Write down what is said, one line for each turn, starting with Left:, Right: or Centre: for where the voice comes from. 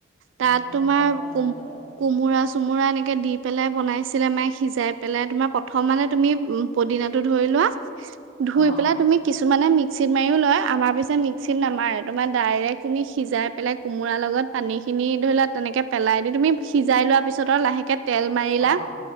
Right: তাত
Left: মই
Right: তোমাৰ
Left: খাই পোৱা
Right: কোম-কোমোৰা।
Left: নাই বাৰু
Right: চুমোৰা এনেকে দি পেলাই বনাইছিলে মায়ে। সিজাই পেলাই তোমাৰ, প্ৰথম মানে তুমি পদিনাটো ধৰি লো ধুই ল'বা, ধুই
Left: অ',
Right: পেলাই তুমি কিছু মানে মিক্সিত মাৰিও লয়। আমাৰ পিছে মিক্সিত নামাৰে, তোমাৰ ডাইৰেক্ট তুমি সিজাই পেলাই কোমোৰাৰ লগত পানীখিনি ধৰি লোৱা, তেনেকৈ পেলাই দি, তুমি সিজাই লোৱাৰ পিছত আৰু লাহেকৈ। তেল মাৰিলা।
Left: অ',